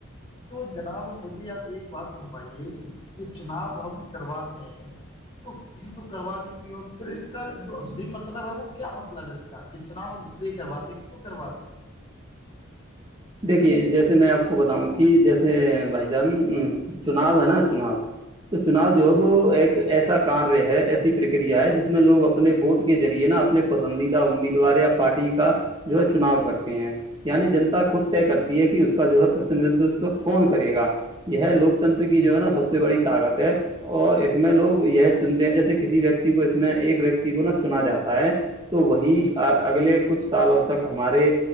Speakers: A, on the left; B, on the right.
A: تو جناب مجھے آپ ایک بات فرمائیے یہ چناب ہم کرواتے ہیں تو یہ تو کروا دے کیوں پھر اس کا جو اسلئے مطلب ہے وہ کیا مطلب ہے اس کا کہ چناؤ ہم اس لیے کرواتے ہیں کیوں کرواتے ہیں
B: دیکھیے جیسے میں آپ کو بتاؤں کہ جیسے بھائی جان چناؤ ہے نا چناؤ تو چناؤ
A: ہیں
B: جو ہے وہ ایک ایسا کاریہ ہے ایسی پرکریہ ہے جس میں لوگ اپنے ووٹ کے ذریعے نا اپنے پسندیدہ امیدوار یا پارٹی کا جو ہے چناؤ کرتے ہیں یعنی جنتا خود کرتی ہے کہ اس کا جو ہے پرتندتو کون کرے گا یہ لوک تنٹرا کی
A: جی
B: جو ہے نا سب سے <unintelligible> اور اس میں لوگ یہ چنتے ہیں جیسے کسی ویکتی کو اس میں ایک ویکتی کو نا چنا جاتا ہے تو وہی
A: جی
B: اگلے کچھ سالوں تک ہمارے